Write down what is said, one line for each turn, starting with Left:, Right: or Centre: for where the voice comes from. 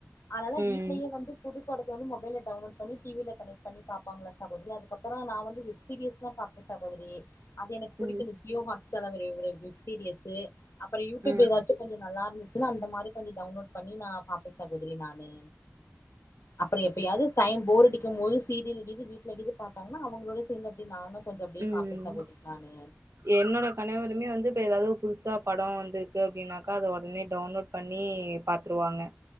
Left: அனால
Right: ம்
Left: வீட்லேயே வந்து புதுப்படத்த வந்து மொபைல டவ்ன்லோட் பண்ணி டிவில கனட் பண்ணி பாப்பாங்கல்ல சகோதரி அதுக்கப்பறோ நா வந்து வித் சீரியஸ்லா பாப்பே சகோதரி அது எனக்கு புடிக்கு
Right: ம்
Left: இந்த ஜியோ ஹாட்ஸ் <unintelligible> வ்யுப்சீரியஸு அப்பறு யூட்யூப்
Right: ம்
Left: எதாச்சு கொஞ்சொ நல்லாருந்ச்சுன்னா அந்த மாரி கொஞ்சு டவ்ன்லோட் பண்ணி நா பாப்பே சகோதரி நானு அப்ற எப்பயாது சய்ம் போர் அடிக்கும் போது சீரியல் கீது வீட்ல கீது பாப்பாங்னா அவங்களோடே சேந்து அப்டி நானு கொஞ்சொ அப்டியே
Right: ம்
Left: பாப்பே சகோதரி நானு
Right: என்னோட கனவருமே வந்து இப்போ ஏதாது புதுசா படொ வந்துர்க்கு அப்டின்னாக்கா அத ஒடனே டவ்ன்லோட் பண்ணி பாத்துருவாங்க